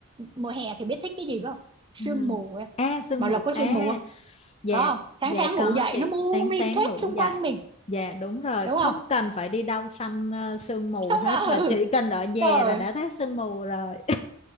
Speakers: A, on the right (about 25°); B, on the left (about 30°).
A: mùa hè thì biết thích cái gì phải không sương
B: À,
A: mù em
B: à sương
A: Bảo
B: mù
A: Lộc có
B: à
A: sương mù không
B: dạ
A: có không sáng
B: dạ
A: sáng ngủ
B: có
A: dậy
B: chị
A: nó mù
B: sáng
A: mịt
B: sáng
A: hết
B: ngủ
A: xung
B: dậy
A: quanh mình
B: dạ đúng rồi
A: đúng
B: không
A: không
B: cần phải đi đâu săn ờ, sương mù
A: không
B: hết
A: ngờ
B: mà chỉ cần ở nhà
A: trời
B: là đã thấy sương mù rồi